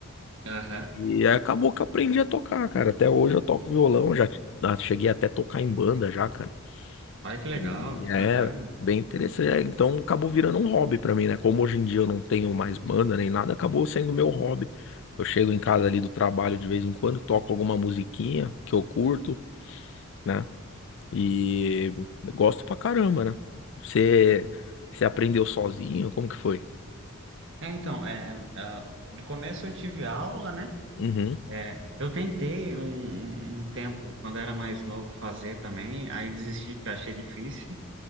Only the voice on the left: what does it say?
E aí acabou que eu aprendi a tocar, cara. Até hoje eu toco violão, já ah, cheguei até a tocar em banda já, cara.
E
é
bem interessante. É, Então acabou virando um hobby pra mim, né? Como hoje em dia eu não tenho mais banda nem nada, acabou sendo meu hobby. Eu chego em casa ali do trabalho de vez em quando, toco alguma musiquinha que eu curto, né? E eu gosto pra caramba, né? Você, você aprendeu sozinho? Como que foi?
Uhum.